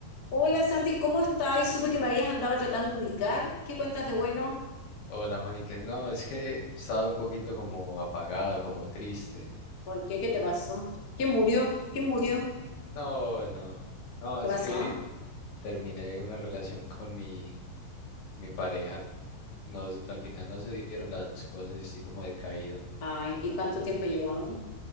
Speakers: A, on the left; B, on the left.
A: Hola Santi, ¿cómo estás? Y Supe que me habías andado tratando de ubicar. ¿Qué cuentas de bueno?
B: Hola, Mónica. No, es que he estado un poquito como apagado, como triste.
A: ¿Por qué? ¿Qué te pasó? ¿Quién murió? ¿Quién murió?
B: No, no, no. No, es
A: ¿Qué pasó?
B: que terminé una relación con mi, mi pareja. Nos, al final no se dieron las cosas y estoy como decaído.
A: Ay, ¿y cuánto tiempo llevaban?